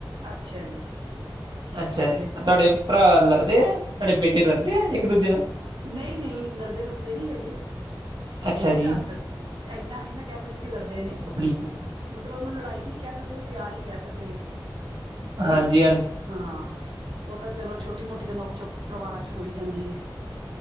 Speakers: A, on the right; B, on the right.
A: ਅੱਛਾ ਜੀ, ਚਲੋ
B: ਅੱਛਾ
A: ਵਧੀਆ
B: ਜੀ
A: ਗੱਲ
B: ਤੁਹਾਡੇ
A: ਐ।
B: ਭਰਾ ਲੜਦੇ ਆ, ਤੁਹਾਡੇ ਬੇਟੇ ਲੜਦੇ ਆਏ ਇੱਕ ਦੂਜੇ ਨਾਲ?
A: ਨਹੀਂ-ਨਹੀਂ ਲੜਦੇ-ਲੁੜਦੇ ਨਹੀਂ ਹੈਗੇ।
B: ਅੱਛਾ
A: ਬਹੁਤ
B: ਜੀ
A: ਘੱਟ, ਇਨਾ ਨਹੀਂ ਮੈਂ ਕਹਿ ਸਕਦੀ ਕਿ ਲੜਦੇ ਨੇ।
B: ਹਾਂਜੀ
A: ਮਤਲਬ ਉਹਨੂੰ ਲੜਾਈ ਵੀ ਨੀ ਕਹਿ ਸਕਦੇ, ਉਹਨੂੰ ਪਿਆਰ ਹੀ ਕਹਿ ਸਕਦੇ ਹਾਂ। ਹੈਨਾ
B: ਹਾਂਜੀ
A: ਹਾਂ। ਉ ਤਾਂ ਚਲੋ ਛੋਟੀ- ਮੋਟੀ ਤਾਂ ਨੋਕ-ਚੋਕ ਪਰਿਵਾਰਾਂ 'ਚ ਹੋ ਹੀ ਜਾਂਦੀ ਹੈ।